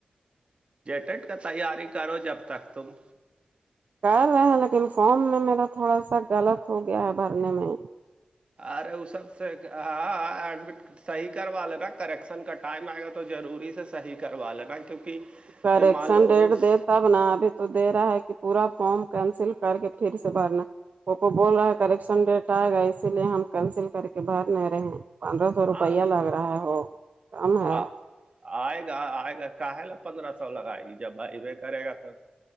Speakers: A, on the right; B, on the right.
A: جیٹٹ کا تیاری کرو جب تک تم
B: کر رہے ہیں لیکن فارم میں میرا تھوڑا سا غلط ہو گیا ہے بھرنے میں
A: ارے وہ سب سے ہاں ایڈمٹ صحیح کروا لینا کریکشن کا ٹائم آئے گا تو ضروری سے صحیح کروا لینا کیونکہ
B: کریکشن
A: مال اس
B: ڈیٹ د تب ن ابھی تو دے رہا ہے کہ پورا فارم کینسل کر کے پھر سے بھرنا وہ کو بول رہا ہے کریکشن ڈیٹ آئے گا اسی لیے ہم کینسل کر کے بھر نہیں رہے ہیں پندرہ سو روپیہ
A: ہاں تو
B: لگ رہا ہے ہو کم ہے
A: آ- آئے گا آئے گا کہ ل پندرہ سو لگائے گی جب بھائی ب کرے گا تب